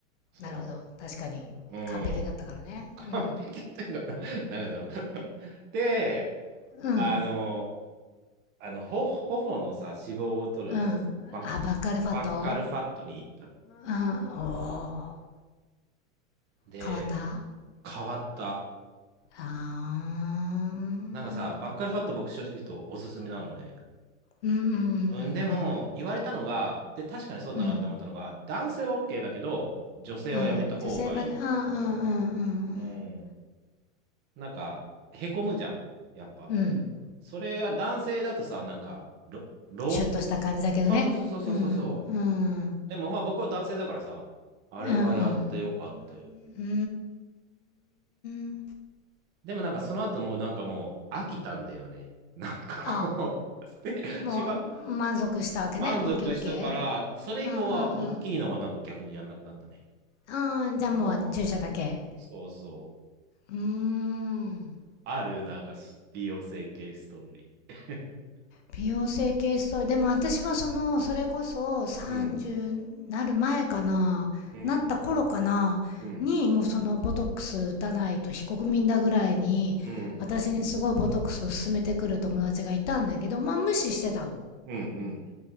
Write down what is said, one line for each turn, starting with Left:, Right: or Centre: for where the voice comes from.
Right: その、
Left: なるほど。確かに。
Right: うん。
Left: 完璧だったからね。
Right: 完璧というかな、
Left: うん。
Right: なんかその <laughs> で、
Left: うん。
Right: あの、あの、ほ、頬のさ、脂肪を取るやつ、
Left: うん。
Right: バッ、
Left: アバカルファト
Right: バッカルファットに行ったの。
Left: あーお
Right: で、
Left: ー変わった。あ
Right: 変わった。
Left: あ。うん
Right: なんかさ、バッカルファット僕正直言うとおすすめなのね。
Left: うんうん
Right: うん、でも、言われたのが、で、確かにそうだなって思ったのが、
Left: うんうん。
Right: 男性は OK だけど、女性はやめた方がいいって言われた。
Left: うん。うん。女性はね、あーうんうんうん
Right: うん。なんか、へこむじゃん。やっぱ。
Left: うん。うん。
Right: それは男性だとさ、なんか、ろ、ろ
Left: シュッとした感じだけどね。
Right: そうそうそうそうそうそうそ
Left: うん。うん。
Right: う。でもまあ僕は男性だからさ、あれはやってよかったよ。
Left: うんうん。うーん。
Right: でもなんかその後もうなんかもう飽きたんだよね。なんかこう、
Left: あ
Right: 捨て、
Left: ー、もう、
Right: しば、
Left: 満足したわけね。
Right: 満足したから、
Left: オッケーオッケー。
Right: それ以降は大きいのはなんか逆にやんなくなったね。
Left: うんうんうん。ああ、じゃあもう注射だけ。
Right: ああ、そうそう。
Left: うーん。
Right: あるなんか美容整形ストーリー。
Left: 美容整形ストーリー。でも私はその、それこそ30なる前かな、
Right: <laughs> うん、うん、
Left: なった頃かな、
Right: うん、
Left: に、もうそのボトックス打たないと非国民だぐらいに、
Right: うん、
Left: 私にすごいボトックスを勧めてくる友達がいたんだけど、まあ無視してたの。
Right: うん、うん、